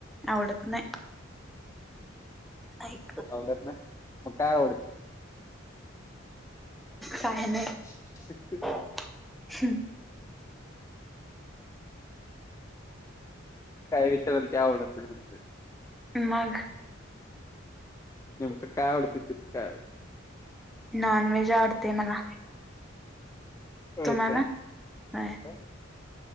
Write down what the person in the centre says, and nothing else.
आवडत नाही. ऐक.
काय नाय.
हम्म
मग
नॉनव्हेज आवडतेय मला.
तुम्हाला
होय